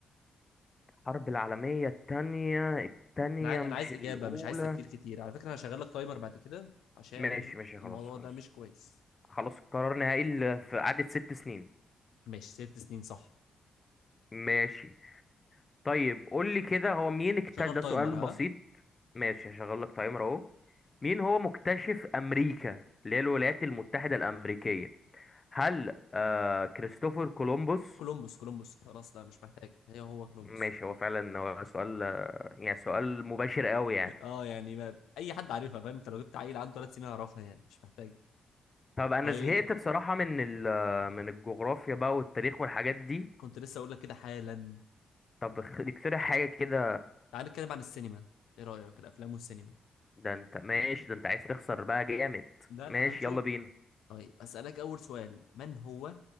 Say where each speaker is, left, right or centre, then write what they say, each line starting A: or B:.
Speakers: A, on the left; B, on the left.
A: الحرب العالمية التانية التانية
B: أنا عاي-
A: مش
B: أنا عايز
A: الأولى
B: إجابة مش عايز تفكير كتير على فكرة أنا هشغل لك تايمر بعد كده عشان
A: ماشي ماشي خلاص
B: الموضوع
A: خلاص
B: ده مش كويس
A: خلاص قرار نهائي ل- في قعدة ست سنين
B: ماشي ست سنين صح
A: ماشي طيب قول لي كده هو مين اكتشف
B: شغل
A: ده سؤال
B: تايمر
A: بسيط
B: ها
A: ماشي هشغل لك تايمر اهو مين هو مكتشف أمريكا اللي هي الولايات
B: ماشي
A: المتحدة الأمريكية هل آه كريستوفر كولومبوس
B: كولومبوس كولومبوس خلاص لا مش محتاج هي هو كولومبوس
A: ماشي هو فعلا هو سؤال يعني سؤال مباشر قوي يعني
B: اه يعني ما... اي حد عارفها فاهم انت لو جبت عيل عنده ثلاث سنين هيعرفها يعني مش محتاج
A: طب انا
B: طيب
A: زهقت بصراحة من ال من الجغرافيا بقى والتاريخ والحاجات دي
B: كنت لسه اقول لك كده حالا
A: طب اخ- اقترح حاجة كده
B: تعال نتكلم عن السينما ايه رايك الافلام والسينما
A: ده انت ماشي ده انت عايز تخسر بقى جامد
B: لا
A: ماشي
B: لا هنشوف
A: يلا بينا
B: طيب اسالك اول سؤال من هو